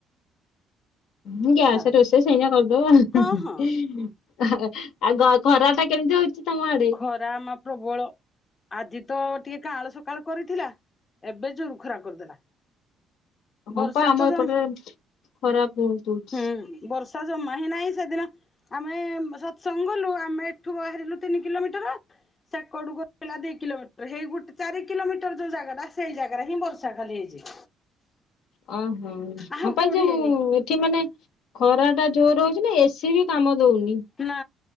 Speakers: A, on the left; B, on the left.
A: ହୁଁ,
B: ଆଉ
A: ଗ୍ୟାସେ ରୋଷେଇ ସେଇନା କରିଦେବ ଆଉ।
B: ହଁ ହଁ
A: ହାଆ ଆ ଗ ଖରା ଟା କେମ୍ତି ହଉଚି ତମ ଆଡେ?
B: ଖରା ଆମ ପ୍ରବଳ ଆଜି ତ ଟିକେ କାଆଁଳ ସକାଳୁ କରିଥିଲା। ଏବେ ଜୁରୁଖରା କରିଦେଲା।
A: ହଁ
B: ବର୍ଷା
A: ପା, ଆମ
B: ତ ଜମ
A: ଏପଟେ ଖରା ବୋହୁତୁ ହଉଛି।
B: ହୁଁ ବର୍ଷା ଜମା ହିଁ ନାହିଁ। ସେଦିନ ଆମେ ସତ୍ସଙ୍ଗ ଗଲୁ। ଆମେ ଏଠୁ ବାହାରିଲୁ ତିନି କିଲୋମିଟର ସେକଡକୁ ହେଲା ଦି କିଲୋମିଟର। ହେଇ ଗୋଟେ ଚାରି କିଲୋମିଟର ଯୋଉ ଜାଗାଟା ସେଇ ଜାଗାରେ ହିଁ ବର୍ଷା ଖାଲି ହେଇଚି।
A: ଅଁ ହଁ,
B: ଆଉ
A: ହଁ ପା
B: କୋଉଠି
A: ଯୋଉ
B: ହେଇନି।
A: ଏଠି ମାନେ ଖରାଟା ଜୋର ହଉଛି ନା ଏସି ବି କାମ ଦଉନି।
B: ନା